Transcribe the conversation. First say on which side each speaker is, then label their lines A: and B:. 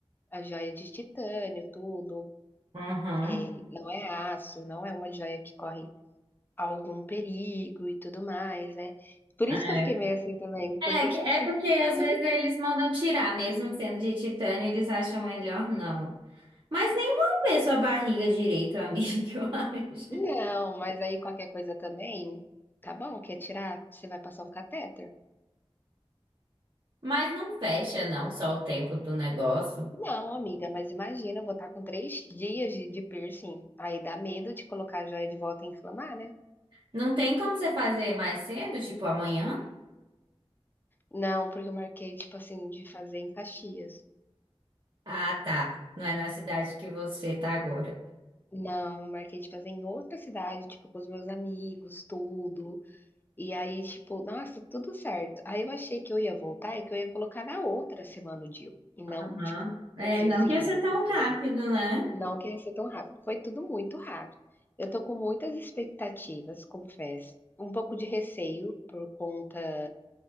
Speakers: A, on the left (about 20°); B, on the right (about 50°).
A: A joia de titânio, tudo,
B: Uhum.
A: eh, não é aço, não é uma joia que corre algum perigo e tudo mais, né. Por
B: É.
A: isso que eu fiquei meio assim também, porque
B: É, que-
A: tipo
B: é
A: assim,
B: porque às
A: foi
B: vezes
A: muito
B: eles mandam tirar, mesmo sendo de titânio, eles acham melhor não. Mas nem vão ver sua barriga direito, amiga, <laughs> eu acho.
A: não, mas aí qualquer coisa também, tá bom, quer tirar, você vai passar um catéter?
B: Mas não fecha, não, só o tempo do negócio.
A: Não amiga, mas imagina, eu vou estar com 3 dias de de piercing, aí dá medo de colocar a joia de volta e inflamar, né.
B: Não tem como você fazer mais cedo, tipo amanhã?
A: Não, porque eu marquei, tipo assim, de fazer em Caxias.
B: Ah, tá. Não é na cidade que você tá agora.
A: Não, marquei de fazer em outra cidade, tipo, com os meus amigos, tudo. E aí, tipo, nossa, tudo certo. Aí eu achei que eu ia voltar e que eu ia colocar na outra semana o dia, e não,
B: Aham.
A: tipo,
B: É,
A: no dia
B: não
A: seguinte,
B: que ia ser tão
A: entendeu?
B: rápido, né?
A: Não que ia ser tão rápido, foi tudo muito rápido. Eu tô com muitas expectativas, confesso, um pouco de receio por conta